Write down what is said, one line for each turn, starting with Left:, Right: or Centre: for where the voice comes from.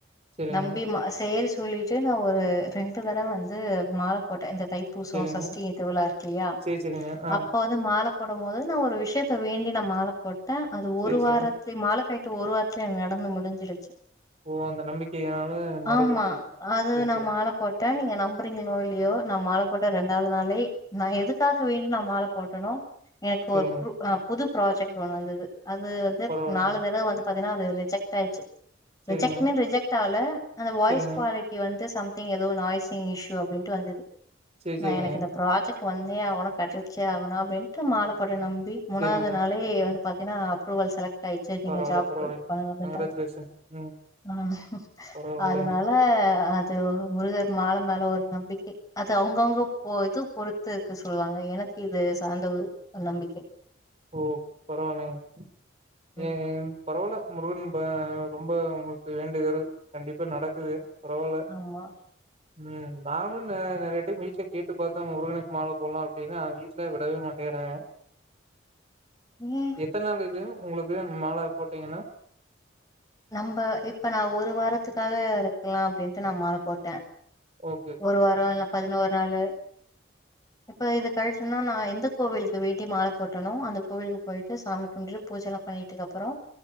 Right: சேரிங்க
Left: நம்பி சேரி சொல்லிட்டு நா ஒரு ரெண்டு தட வந்து மால போட்டே இந்த தை பூசொ
Right: சேரிங்க
Left: சஷ்டிய திருவுழா இருக்கில்யா
Right: சேரி சேரிங்க ஆ
Left: அப்போ மால போடம் போது நா ஒரு விஷ்யத்த வேண்டி நா மால போட்டே அது ஒரு
Right: சேரி
Left: வாரத்
Right: சேரிங்க
Left: <unintelligible> மால கழட்ற ஒரு வாரத்லே என்க் நடந்து முடுஞ்சிருச்சு
Right: ஓ அந்த நம்பிக்கையினால மறுபடியு
Left: ஆமா
Right: போட்ருக்க
Left: அது
Right: சேரி
Left: நா
Right: சேரிங்க
Left: மால போட் ட்ட நீங்க நம்புறீங்களோ இல்லையோ நா மால போட்ட ரெண்டாது நாளே நா எதுக்காக வேண்டி நா மால போட்டனோ எனக்கு
Right: சேரிங்க
Left: ஒரு பு புது ப்ராஜெக்ட் ஒன்னு வந்தது அது வந்து
Right: பரவால்லங்க
Left: நாலு தடவ வந்து பாத்திங்னா அது ரிஜெக்ட் ஆய்ர்சு
Right: சேரிங்க
Left: ரிஜெக்ட்னு ரிஜெக்ட் ஆகல அந்த வாய்ஸ்
Right: சேரிங்க
Left: குவாலிட்டி டிஸவந்து சம்திங் ஏதோ நாய்ஸ்ஸிங் இஷ்யூ அப்டின்ட்டு வந்தது
Right: சேரி
Left: நா
Right: சேரிங்க
Left: எனக்கு இந்த ப்ராஜெக்ட் வந்தே ஆகணு கெடச்சே ஆகணு அப்டின்ட்டு மால போட்டெ நம்பி முனாது
Right: சேரிங்க
Left: நாளே எ வந்து பாத்தினா அப்ரூவல் செலக்ட் ஆய்ச்சு நீங்க
Right: பரவால்ல
Left: ஜாப்
Right: பரவால்லைங்க
Left: பண்ணுங்க அப்டின்டாங்க
Right: கங்ராஜுலேஷன் ம்
Left: ம்
Right: பரவால்லைங்க
Left: அதுனால ஆ அது முருகர் மால மேல ஒரு நம்பிக்கை அது அவுங்கவுங்க இது பொறுத் த்து இருக்கு சொல்லுவாங்க எனக்கு இது சார்ந்த ஒரு நம்பிக்கை
Right: ஓ பரவால்லங்க
Left: ம்
Right: ஏ பரவால்ல முருகன் இப்ப ரொம்ப உங்களுக்கு வேண்டுதல் கண்டிப்பா நடக்குது பரவால்ல
Left: ஆமா
Right: ம் நானும் நெறையா டைம் வீட்ல கேட்டு பாத்தே முருகனுக்கு மால போட்லா அப்டினு ஆனா வீட்ல விடவே மாட்டேங்கிறாங்க
Left: ம்
Right: எத்தனநாள் இது உங்களுக்கு மால போட்டீங்கன்னா
Left: நம்ப இப்ப நா ஒரு வாரத்துக்காக இருக்கலா அப்டின்டு நா மால போட்டே
Right: ஓ
Left: ஒரு வாரோ இல்ல பதினோரு நாளு இப்ப இது கழட்டுனா நா எந்த கோவிலுக்கு வேண்டி மால போட்டேனோ அந்த கோவிலுக்கு போயிட்டு சாமி கும்பிட்டு பூஜெல்லா பண்ணிட்டுக்கு அப்புறோ